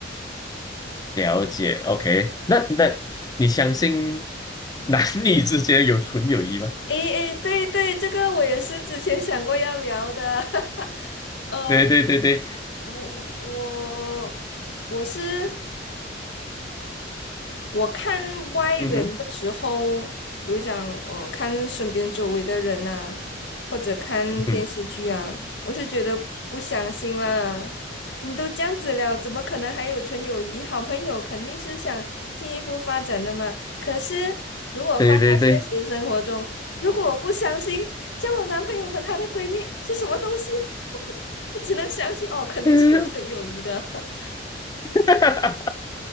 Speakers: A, on the left; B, on the left.
A: 了解 OK，那那你相信男女之间有纯友谊吗？
B: 诶诶，对对，这个我也是之前想过要聊的，<laughs> 呃，
A: 对对对对，
B: 我我我是。我看外人的时候，
A: 嗯哼
B: 比如讲，呃，看身边周围的人呐、或者看电视剧啊，
A: 嗯哼。
B: 我是觉得不相信啦。你都这样子了，怎么可能还有纯友谊？好朋友肯定是想进一步发展的嘛。可是如果放到现实生活中，
A: 对对对，
B: 如果我不相信，叫我男朋友和她的闺蜜是什么东西，<laughs> 我只能相信哦，肯定是有纯友谊的，
A: <laughs> 哈哈